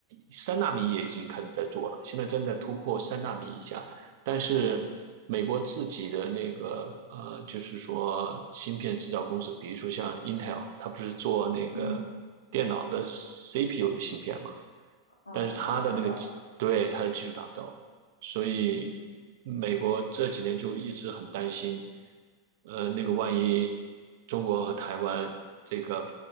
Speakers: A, on the right; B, on the left.
A: 三纳米，也已经开始在做了，现在正在突破三纳米以下。
B: 哦
A: 但是美国自己的那个呃，
B: 哦
A: 就是说芯片制造公司，比如说像 Intel，它不是做那个电脑的
B: 嗯
A: CPU 的芯片嘛？
B: 哦，
A: 但是它的那个技对它的技术达不到，
B: 就达不到。
A: 所以美国这几年就一直很担心，
B: 嗯
A: 呃，那个万一
B: 嗯，
A: 中国和台湾这个